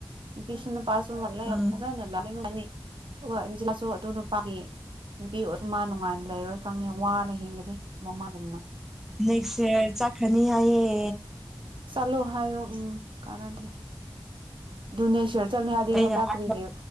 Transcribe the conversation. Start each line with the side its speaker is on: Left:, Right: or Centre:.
Right: ꯄꯤꯁꯅ ꯄꯁꯨ ꯃꯜ ꯂꯩ
Centre: ꯎꯝ
Right: ꯐꯖꯥꯅ ꯂꯅꯤ ꯑꯗꯨꯒꯟꯖꯤ ꯂꯁꯨꯣ ꯑꯗꯨꯅ <inaudible> ꯁ ꯃꯥ ꯅꯨꯡꯉꯥꯏꯅ ꯂꯩꯔꯣꯏ ꯈꯪꯉꯦ ꯋꯥꯅ ꯍꯤꯡꯒꯅꯤ ꯃꯃꯥꯒꯣꯨꯝꯅ
Centre: ꯅꯦꯛꯁ ꯏꯔ ꯆꯠꯈꯅꯤ ꯍꯥꯏꯌꯦ
Right: ꯁꯂꯣꯍꯣ ꯎꯝ ꯎ ꯀꯅꯗ꯭ꯔ ꯅꯦꯁꯔ ꯆꯅꯤ ꯍꯥꯏꯗꯤ
Centre: ꯑꯩꯅ
Right: ꯍꯟꯗ
Centre: ꯍꯥꯏꯕ
Right: ꯀꯔꯤꯒ